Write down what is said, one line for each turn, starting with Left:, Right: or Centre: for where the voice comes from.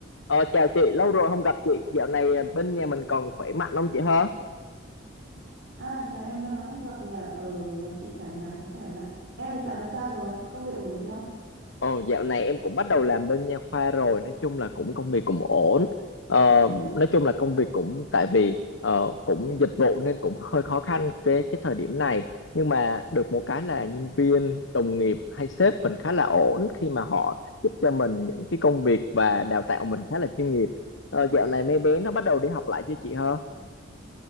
Left: Ờ, chào chị, lâu rồi không gặp chị. Dạo này à, bên nhà mình còn khỏe mạnh không chị hả?
Right: À, chào em, lâu lắm rồi không gặp nhỉ? Ở nhà chị cả nhà cũng khỏe mạnh. Em thì dạo này sao rồi? Công việc ổn định không?
Left: Ờ, dạo này em cũng bắt đầu làm bên nha khoa rồi. Nói chung là cũng công việc cũng ổn. Ờ, nói chung là công việc cũng tại vì ờ, cũng dịch vụ nên cũng <laughs> hơi khó khăn cái cái thời điểm này. Nhưng mà được một cái là nhân viên, đồng nghiệp hay sếp mình khá là ổn khi mà họ giúp cho mình những cái công việc và đào tạo mình khá là chuyên nghiệp. Ờ, dạo này mấy bé nó bắt đầu đi học lại chưa chị hả? <laughs>